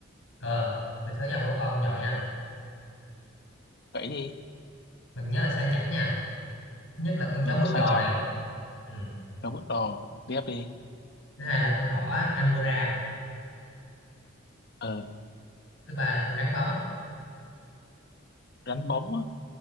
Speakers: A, on the left (about 75°); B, on the left (about 55°).
A: ờ đề xuất cho ông bốn con ông chọn nha
B: Vậy đi.
A: mình nhớ là sang chảnh nha thứ nhất là con
B: Ừ,
A: chó poodle
B: sang chảnh.
A: này ừ.
B: Rồi bút đồ. Tiếp đi.
A: thứ hai là con thỏ Angora
B: Ờ,
A: thứ ba là con rắn bóng
B: rắn bóng á.